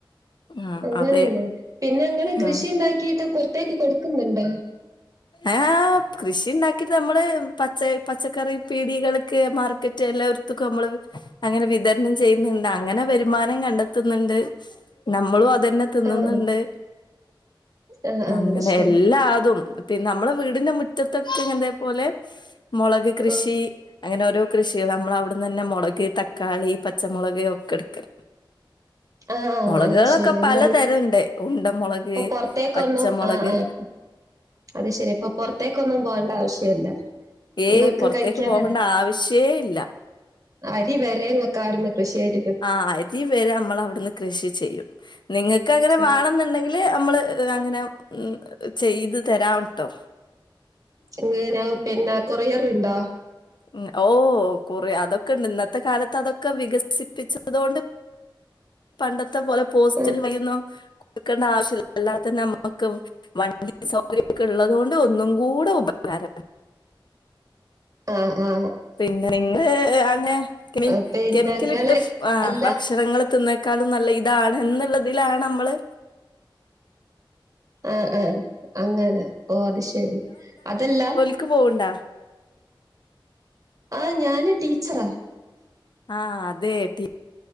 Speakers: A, on the left (about 60°); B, on the right (about 40°).
A: ആഹ്
B: അങ്ങനെന്നെ
A: അതെ.
B: പിന്നെങ്ങള്
A: ഉം
B: കൃഷി ഉണ്ടാക്കിട്ട് പൊറ ത്തേക്ക് കൊടുക്കുന്നുണ്ടോ
A: ആഹ് കൃഷി ഉണ്ടാക്കിട്ട് നമ്മള് പച്ച പച്ചക്കറി പീടികൾക്ക് മാർ ക്കറ്റ് എല്ലോട്ത്ത്ക്കും നമ്മള് അങ്ങനെ വിതരണം ചെയ്യുന്നുണ്ട് അങ്ങനെ വരുമാനം കണ്ടെത്തുന്നുണ്ട് നമ്മളും അതന്നെ തിന്നുന്നുണ്ട്
B: ആഹ് ആഹ് ആഹ്
A: അങ്ങനെ
B: അത് ശരി.
A: എല്ലാതും പിന്നെ നമ്മുടെ വീടിന്റെ മുറ്റത്തൊക്കെങ്ങൻ ത്തതേപോലെ മുളക് കൃഷി
B: ഉം
A: അങ്ങനെ ഓരോ കൃഷികൾ നമ്മൾ അവിടുന്ന് തന്നെ മുളക് തക്കാളി പച്ചമുളക് ഒക്കെ എടുക്കല്
B: ആഹ് ആഹ്
A: മുളകുകളൊക്കെ
B: അത് ശരി.
A: പലതരംണ്ട്
B: എല്ലാം
A: ഉണ്ട മുളക്
B: ഇപ്പൊ പൊറത്തേക്കൊന്നും
A: പച്ചമുളക്
B: ആഹ് ആഹ് അത് ശരി അപ്പൊ പുറത്തേക്കൊന്നും പോണ്ട ആവശ്യല്ല
A: ഏയ്
B: ഇങ്ങക്ക്
A: പുറത്തേക്ക്
B: കഴിക്കാനുള്ള
A: പോകേണ്ട ആവശ്യേ ഇല്ല
B: അരി വരെങ്ങക്കവ്ട്ന്ന് കൃഷിയായി കി
A: ആഹ് അരി വരെ നമ്മൾ അവിടുന്ന് കൃഷി ചെയ്യും നിങ്ങൾക്ക് അങ്ങനെ
B: ഉം
A: വാണംന്നുണ്ടെങ്കില് നമ്മള് അങ്ങനെ ഉം ചെയ്തു തരാം ട്ടോ
B: അങ്ങനാ പിന്നെ കൊറിയറ്ണ്ടോ
A: ഉം ഓ കോറി അതെക്കെണ്ട് ഇന്നത്തെ കാലത്ത് അതൊക്കെ വികസിപ്പിച്ചതൊണ്ട് പണ്ടത്തെ പോലെ പോസ്റ്റൽ
B: ഉം
A: വയിയോന്നും കൊടുക്കണ്ട ആവശ്യല്ല അല്ലാത തന്നെ നമ്മക് വണ്ടി സൗകര്യൊക്കെ ഇള്ളതു കൊണ്ട് ഒന്നും കൂടെ ഉപകാരം
B: ആ ആ
A: പിന്നെ നിങ്ങള് അങ്ങെ കെമി
B: ആഹ് പിന്നെ
A: കെമിക്കലിട്ട്
B: ഇങ്ങള്
A: ആ
B: അല്ല
A: ഭക്ഷണങ്ങള് തിന്ന ക്കാളും നല്ല ഇതാണ് എന്ന്ള്ളതിലാണ് അമ്മള്
B: ആ ആ അങ്ങനെ ഓ അത് ശരി അതല്ല
A: ക്ക് പോവ്ണ്ടാ
B: ആ ഞാന് ടീച്ചറാ
A: ആ അതെ ടീ